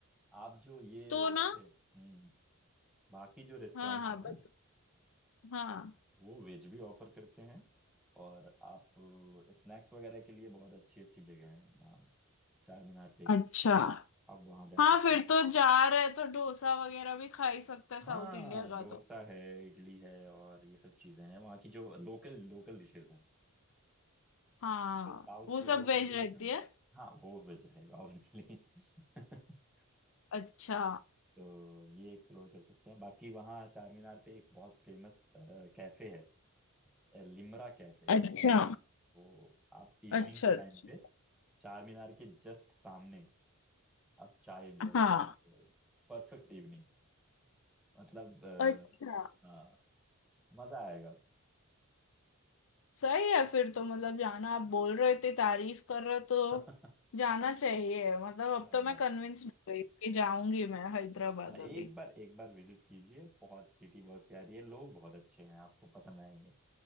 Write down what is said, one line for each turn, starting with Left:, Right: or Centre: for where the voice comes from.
Centre: आप जो ये
Left: तो
Centre: इसके
Left: ना
Centre: हम्म बाकी जो रेस्टोरेंट्स
Left: हाँ हाँ
Centre: हैं ना
Left: बत हाँ
Centre: वो वेज भी ऑफर करते हैं और आप स्नैक्स वगैरह के लिए बहुत अच्छी अच्छी जगह है वहाँ चार मीनार पे ही
Left: अच्छा
Centre: आप वहाँ जा
Left: हाँ
Centre: सकते
Left: फिर
Centre: हैं
Left: तो जा रहे हैं तो डोसा वगैरह भी खा ही सकते हैं साउथ
Centre: हाँ
Left: इंडिया का
Centre: डोसा
Left: तो
Centre: है इडली है और ये सब चीज़ें हैं वहाँ की जो लोकल लोकल डिशेज हैं
Left: हाँ
Centre: क्योंकि साउथ
Left: वो
Centre: पूरा
Left: सब
Centre: इसी
Left: वेज
Centre: के लिए
Left: रहती
Centre: फेमस
Left: है
Centre: है हाँ वो वेज रहेगा ऑब्वियसली <laughs>
Left: अच्छा
Centre: तो ये एक्सप्लोर कर सकते हैं बाकी वहाँ चार मीनार पे एक बहुत फेमस कैफे है अ, लिमरा कैफे है
Left: अच्छा
Centre: तो आप इवनिंग
Left: अच्छा
Centre: के
Left: अच्छा
Centre: टाइम पे चार मीनार के जस्ट सामने आप चाय एंजॉय
Left: हाँ
Centre: कर सकते हो परफेक्ट इवनिंग मतलब अ,
Left: अच्छा
Centre: हाँ मजा आएगा
Left: सही है फिर तो मतलब जाना आप बोल रहे थे तारीफ कर रहे हो तो
Centre: <laughs> हाँ
Left: जाना चाहिए मतलब
Centre: हाँ
Left: अब तो मैं कन्विंस हो गई कि जाऊंगी मैं हैदराबाद
Centre: एक
Left: अभी
Centre: बार एक बार विजिट कीजिए बहुत सिटी बहुत प्यारी है लोग बहुत अच्छे हैं आपको पसंद आएंगे